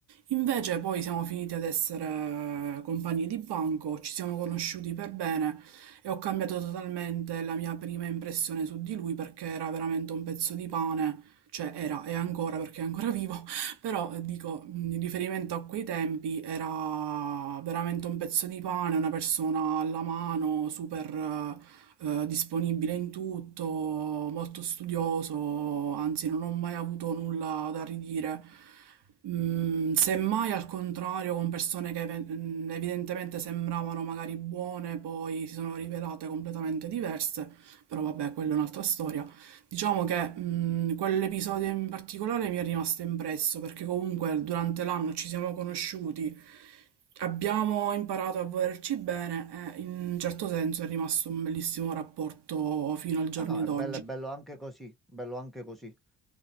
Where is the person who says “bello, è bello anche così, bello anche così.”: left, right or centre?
Centre